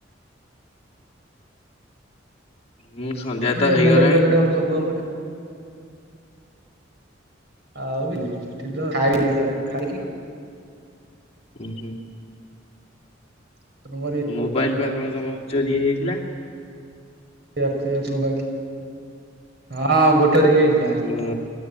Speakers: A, on the left; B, on the right.
A: ହଁ ସନ୍ଧ୍ୟା
B: ଏପଟେ
A: ତ ହେଇଗଲାଣି
B: ମେଲୋଡି ଫେଲୋଡି ହବ ସବୁ ହବନା। ଆଉ <unintelligible> ଖାଇ ଖାଇକି
A: ହୁଁ ହୁଁ।
B: <unintelligible>
A: ମୋବାଇଲପା କଣ ତମର ଚୋରି ହେଇଯାଇଥିଲା?
B: <unintelligible> ହଁ ଗୋଟେ <unintelligible> ଯାଇଥିଲା।
A: ହୁଁ